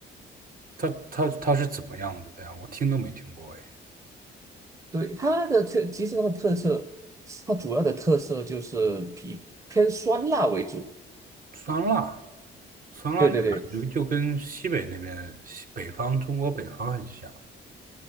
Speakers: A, on the right; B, on the right.
A: 它它它是怎么样子的呀？我听都没听过哎。
B: 对，它的特，其实它的特色，它主要的特色就是比偏酸辣为主。
A: 酸辣，酸辣那感觉就跟西北那边，
B: 对对对，
A: 西北方中国北方很像。